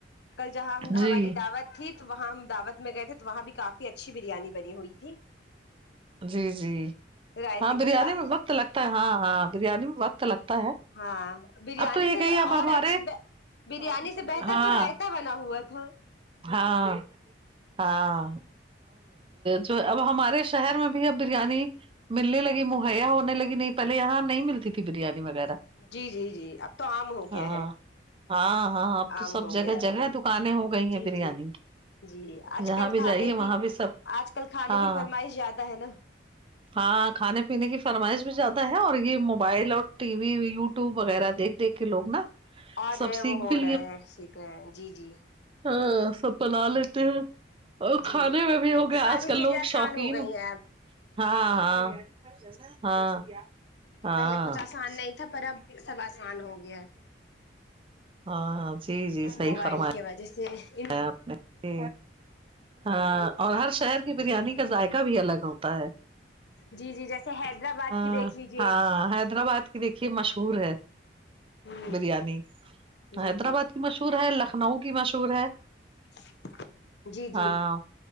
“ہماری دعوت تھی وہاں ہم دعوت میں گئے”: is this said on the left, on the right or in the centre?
Left